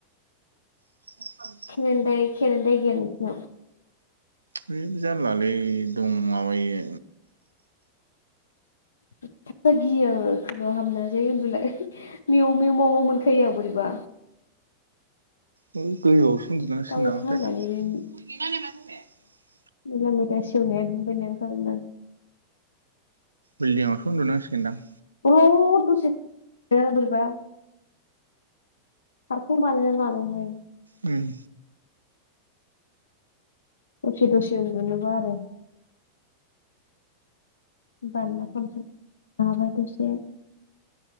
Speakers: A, on the right; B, on the left.
A: <unintelligible>
B: खेरेन्दाय खेरेन्दाय गैया नोंसिनाव
A: है जारलालै दं माबायो
B: <unintelligible> गियो खोमायाव हाबना जै‌ उन्दुलाय मेव मेव माव माव मोन फैयो बोरैबा
A: है गोजौआवसो उन्दनांसिगोन
B: दा
A: नामाथाय
B: अखा हानानै बे
A: <unintelligible>
B: मैला मैथा सेवनाया बेनिफायनो ओंखारोनदां
A: बिल्डिंआवसो उन्दुनांसिगोनदां
B: अ' द'से <unintelligible> बोरैबा सांखं बानायना लाबाय हाय
A: उम
B: दसे दसे उन्दनोबा आरो बामना <unintelligible>